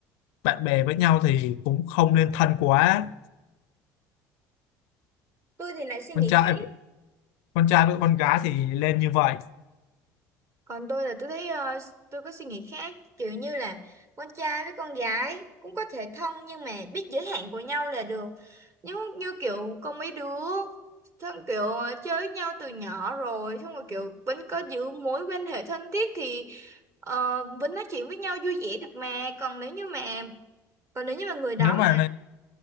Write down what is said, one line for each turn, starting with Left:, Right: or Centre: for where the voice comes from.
Left: bạn bè với nhau thì cũng không nên thân quá
Right: Tôi thì lại suy
Left: con
Right: nghĩ
Left: trai
Right: khác.
Left: con trai với con gái thì lên như vậy
Right: còn tôi là tôi thấy ờ, tôi có suy nghĩ khác kiểu như là con trai với con gái cũng có thể thân nhưng mà biết giới hạn của nhau là được nhưng như kiểu có mấy đứa thân kiểu ờ, chơi với nhau từ nhỏ rồi xong rồi kiểu vẫn có giữ mối quan hệ thân thiết thì ờ, vẫn nói chuyện với nhau vui vẻ được mà còn nếu như mà còn nếu như mà người đó
Left: nếu
Right: mà
Left: mà